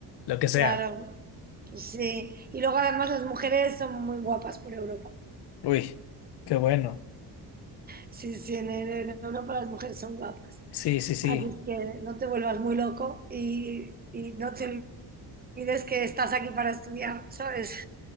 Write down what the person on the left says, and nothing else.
lo que sea.
Uy, qué bueno.
Sí, sí, sí.